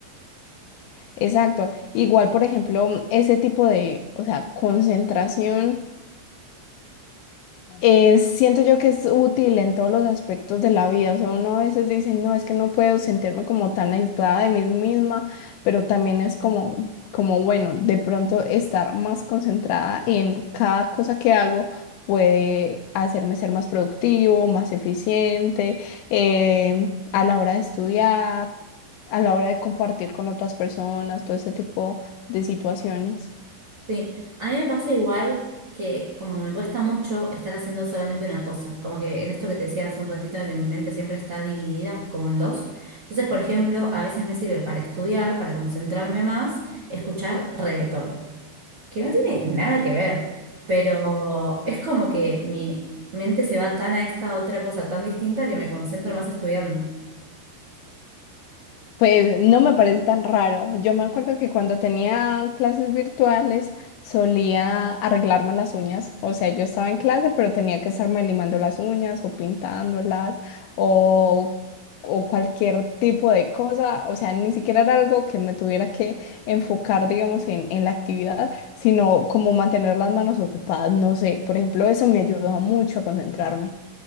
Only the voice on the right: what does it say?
Sí, a mí me pasa igual que como que me cuesta mucho estar haciendo solamente una cosa. Como que en esto que te decía hace un ratito de que mi mente siempre está dividida como en dos. Entonces, por ejemplo, a veces me sirve para estudiar, para concentrarme más, escuchar reggaetón. que no tiene nada que ver, pero es como que mi mente se va tan a esta otra cosa tan distinta que me concentro más estudiando.